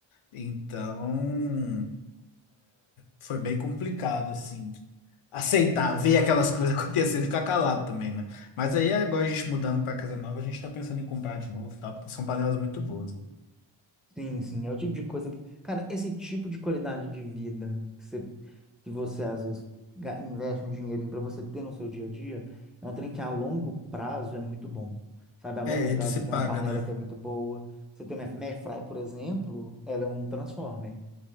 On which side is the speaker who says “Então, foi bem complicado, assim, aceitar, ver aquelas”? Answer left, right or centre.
Left